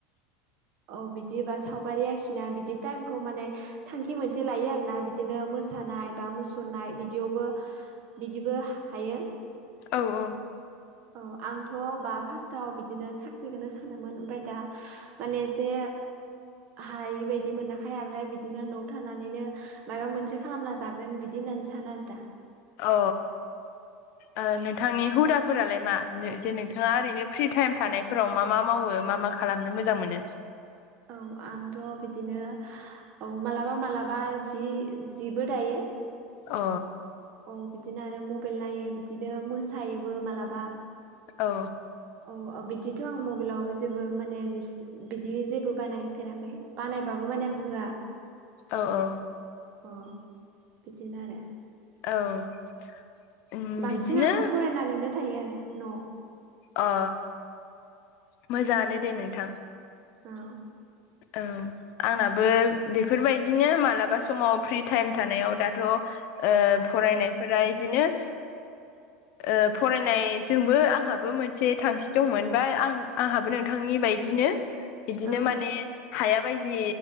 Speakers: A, on the right; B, on the left.
A: औ बिदिबा सावगारि आखिना बिदि टाइमखौ माने थांखि मोनसे लायो आरोना बिदिनो मोसानाय बा मस सुरनाय बिदियावबो बिदिबो हायो।
B: औ औ।
A: औ आंथ' बा फास्स्टाव बिदिनो साख्रिखौनो सानोमोन ओमफ्राय दा माने एसे हायि बायदि मोनाखै आरो बिदिनो न'आव थानानैनो मायाबा मोनसे खालामना जागोन बिदि होननानै सानो आरो दा।
B: अ
A: <unintelligible>
B: ओ नोंथांनि हुदाफोरालाय मा? जे नोंथाङा ओरैनो फ्रि टाइम थानायफोराव मा मा मावो मा मा खा खालामनो मोजां मोनो?
A: औ आंथ' बिदिनो औ मालाबा मालाबा जि जिबो दायो।
B: अ
A: औ बिदिनो आरो मबाइल नायो बिदिनो मोसायोबो मालाबा।
B: औ।
A: औ औ बिदिथ' आं मबाइलाव जेबो माने रिस्क बिदि जेबो बानायफेराखै बानायबाबो माने आं होआ।
B: औ औ।
A: अ बिदिनो आरो।
B: औ। उम
A: बांसिन
B: बिदिनो
A: आं फरायनानैनो थायो आरो न'आव।
B: अ मोजाङानो दे नोंथां।
A: औ।
B: औ। आंनाबो बेफोरबायदिनो मालाबा समाव फ्रि टाइम थानायाव दाथ' ओ फरायनायफोरा इदिनो
A: <unintelligible>
B: ओ फरायनायजोंबो आंहाबो मोनसे थांखि दंमोन बा आं आंहाबो नोंथांनि बायदिनो बिदिनो
A: औ
B: माने हाया बायदि